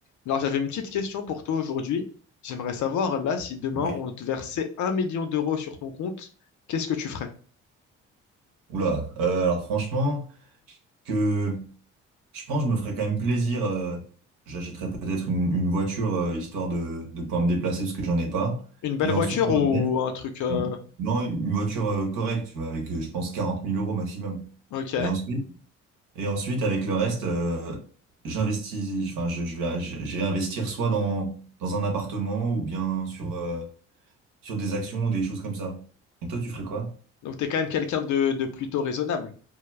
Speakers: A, on the left (about 60°); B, on the right (about 75°).
A: Alors, j'avais une petite question pour toi aujourd'hui. J'aimerais savoir, là, si demain
B: Ouais.
A: on te versait un million d'euros sur ton compte, qu'est-ce que tu ferais?
B: Oula. Euh, alors franchement, que je pense que je me ferais quand même plaisir. euh, j'achèterais peut-être une, une voiture euh, histoire de, de pouvoir me déplacer parce que j'en ai pas.
A: Une belle
B: Et ensuite,
A: voiture
B: le
A: ou
B: reste,
A: un truc... euh,
B: une, non, une voiture euh, correcte, tu vois, avec euh, je pense 40 000 euros maximum.
A: Ok.
B: Et ensuite, et ensuite avec le reste, euh, j'investis. Enfin, je, je vais, je- j'irai investir soit dans dans un appartement ou bien sur euh, sur des actions ou des choses comme ça. Et toi, tu ferais quoi?
A: Donc, t'es quand même quelqu'un de, de plutôt raisonnable.